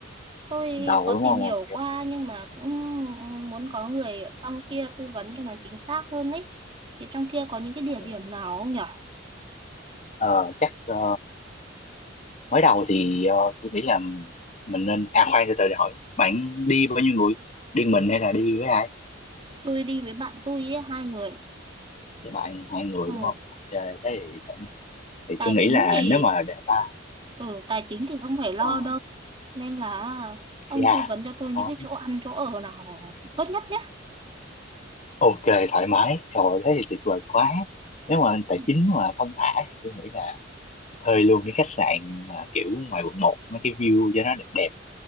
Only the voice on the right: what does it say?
Tôi
có
tìm
hiểu
qua nhưng mà cũng muốn có người ở trong kia tư vấn cho nó chính xác hơn ấy. Thì trong kia có những cái địa điểm
nào không nhỉ?
Tôi đi với bạn tôi ấy, hai người.
Ừ.
tài
chính
thì
ừ tài chính thì không phải lo
đâu nên là ông
tư vấn cho tôi những
cái chỗ ăn chỗ ở nào tốt nhất nhé
ừ